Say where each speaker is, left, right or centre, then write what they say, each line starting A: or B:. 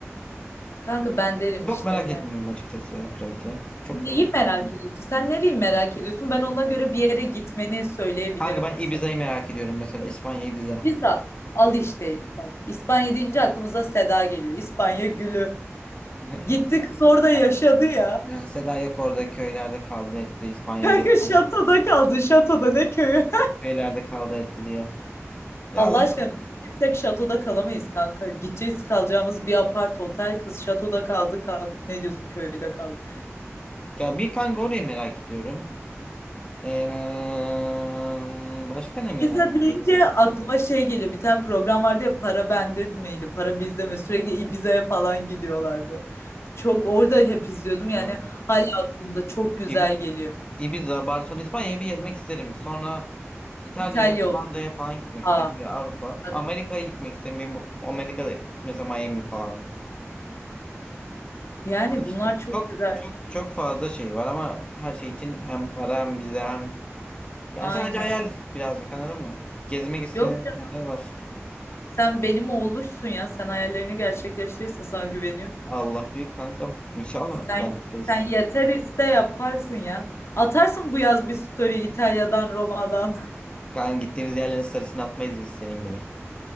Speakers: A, on the left; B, on the left.
A: Kanka ben derim işte
B: Çok merak
A: yani.
B: etmiyorum açıkçası ya piramiti. Çok
A: Neyi
B: yoruldum.
A: merak ediyorsun? Sen nereyi merak ediyorsun? Ben ona göre bir yere gitmeni söyleyebilirim
B: Kanka ben
A: mesela.
B: Ibiza'yı merak ediyorum mesela İspanya Ibiza.
A: Pizza. Al işte bak İspanya deyince aklımıza Seda geliyor. İspanya gülü.
B: <laughs>
A: Gitti kız orada yaşadı ya.
B: Yani Seda yok orada köylerde kaldı etti İspanya'ya
A: Kanka
B: geldi.
A: şatoda kaldı. Şatoda ne köyü?
B: şeylerde kaldı etti diye.
A: <laughs>
B: Ya
A: Allah
B: Allah.
A: aşkına bir tek şatoda kalamayız kanka. Gideceğiz kalacağımız bir apart otel kız şatoda kaldı kalkıp ne diyorsun köyde kaldı.
B: Ya bir kanka orayı merak ediyorum. Ee, başka ne
A: Ibiza
B: merak
A: deyince
B: ediyorum?
A: aklıma şey geliyor. Bir tane program vardı ya para bende miydi? Para bizde mi? Sürekli Ibiza'ya falan gidiyorlardı. Çok orada hep izliyordum yani
B: Ya.
A: hala aklımda çok güzel
B: İb-
A: geliyor.
B: Ibiza, Barcelona, İspanya'yı bir gezmek isterim. Sonra İtalya'ya,
A: İtalya olur.
B: Hollanda'ya falan gitmek
A: Aa,
B: isterim. Bir Avrupa.
A: bak.
B: Amerika'ya gitmek istemiyorum. Amerika'da mesela Miami falan.
A: Yani
B: Ama işte
A: bunlar çok
B: çok
A: güzel.
B: çok çok fazla şey var ama her şey için hem para hem vize hem yani
A: Aynen.
B: sadece hayal birazcık anladın mı? Gezmek istediğim
A: Yok ya
B: yerler var.
A: sen benim oğluşsun ya. Sen hayallerini gerçekleştirirsin sana güveniyorum.
B: Allah büyük kankam. İnşallah
A: Sen
B: yerleşiriz.
A: sen yeter iste yaparsın ya. Atarsın bu yaz bir story İtalya'dan, Roma'dan. <laughs>
B: Kanka gittiğimiz yerlerin sarısını atmayız biz senin gibi.